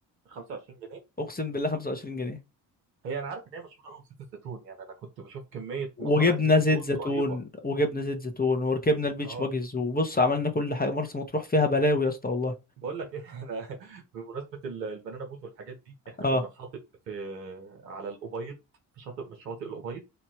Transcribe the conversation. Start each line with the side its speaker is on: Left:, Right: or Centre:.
Right: 25 جنيه
Left: اقسم بالله 25 جنيه
Right: هي أنا عارف إن هي مشهورة قوي بزيت الزيتون يعني أنا كنت بشوف كمية
Left: وجبنا
Right: مصانع زيت
Left: زيت
Right: زيتون
Left: زيتون
Right: رهيبة
Left: وجبنا زيت زيتون وركبنا البيتش
Right: أه
Left: باجز وبص عملنا كل حاجه مرسى مطروح فيها بلاوي يا اسطى والله
Right: بقول لك ايه <laughs> احنا بمناسبه ال- البنانا بوت والحاجات دي احنا
Left: اه
Right: كنا في شاطئ في على الابيض في شاطئ من شواطئ الابيض